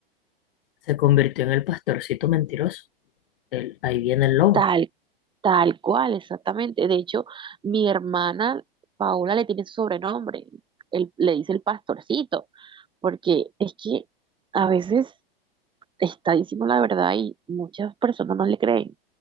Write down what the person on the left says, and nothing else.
Se convirtió en el pastorcito mentiroso. El- ahí viene el lobo.